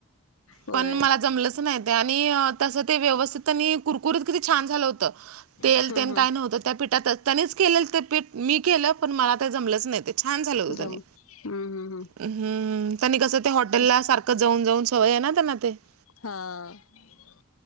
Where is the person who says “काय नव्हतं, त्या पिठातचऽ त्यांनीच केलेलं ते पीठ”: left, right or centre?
Right